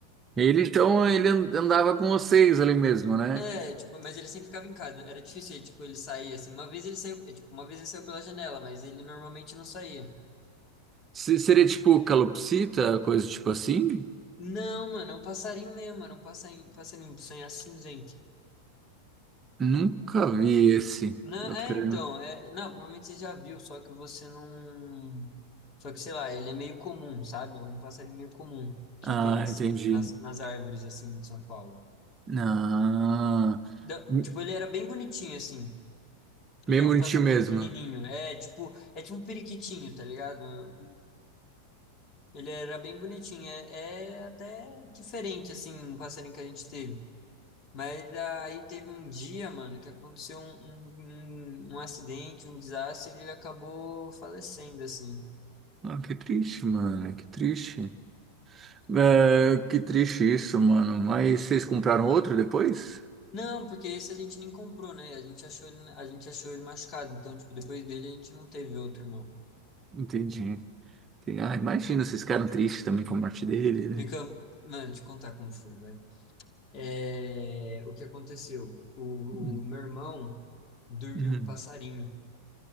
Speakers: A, on the right; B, on the left.
A: Ele, então, ele and- andava com vocês ali mesmo, né?
B: É, tipo, mas ele sempre ficava em casa, era difícil, tipo, ele sair, assim, uma vez ele saiu, é, tipo, uma vez ele saiu pela janela, mas ele normalmente não saía.
A: Se- Seria tipo calopsita, coisa tipo assim?
B: Não, mano, é um passarinho mesmo, era um passarinho, passarinho sonhar cinzento.
A: Nunca vi esse.
B: Não,
A: Eu
B: é,
A: creio.
B: então, é, não, provavelmente você já viu, só que você não... Só que, sei lá, ele é meio comum, sabe? É um passarinho meio comum que
A: Ah,
B: tem, assim,
A: entendi.
B: nas, nas árvores, assim, de São Paulo.
A: Ah,
B: Da-
A: m-
B: tipo, ele era bem bonitinho, assim.
A: meio
B: Ele é um
A: bonitinho
B: passarinho
A: mesmo.
B: pequenininho. É tipo, é tipo um periquitinho, tá ligado? Ele era bem bonitinho. É, é até diferente, assim, um passarinho que a gente teve. Mas aí teve um dia, mano, que aconteceu um, um, um- um acidente, um desastre, e ele acabou falecendo, assim.
A: Ah, que triste, mano, que triste. É, que triste isso, mano. Mas vocês compraram outro depois?
B: Não, porque esse a gente nem comprou, né? A gente achou ele, a gente achou ele machucado. Então, tipo, depois dele a gente não teve outro, não.
A: Entendi. Entendi. Ah, imagina, vocês ficaram tristes também com a morte dele, né?
B: Fica, mano, te contar como foi, vai. É, o que aconteceu? O,
A: Hum,
B: o meu irmão dormiu
A: hum.
B: com o passarinho